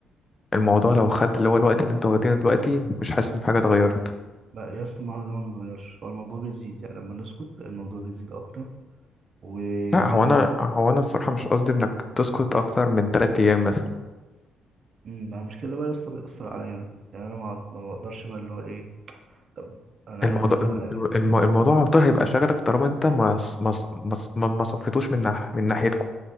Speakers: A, on the left; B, on the right.
A: الموضوع لو خد اللي هو الوقت اللي انتوا واخدينه دلوقتي مش حاسس ان في حاجة اتغيرت
B: بقى يا اسطى ما هو ده ما بيتغيرش هو الموضوع بيزيد يعني لما نسكت الموضوع بيزيد اكتر و...
A: لا
B: وانا
A: هو انا هو انا الصراحة مش قصدي انك تسكت اكتر من تلات ايام مثلا
B: امم مع المشكله ده بقى يا اسطى بيأثر عليا انا يعني انا ما ما بقدرش بقى اللي هو ايه طب انا
A: الموضوع
B: عايز مثلا
A: الم-
B: اجي
A: الم- الموضوع على طول هيبقى شاغلك طالما انت ما ص- ما ص- ما ص- ما ما صفيتوش من ناح من ناحيتكم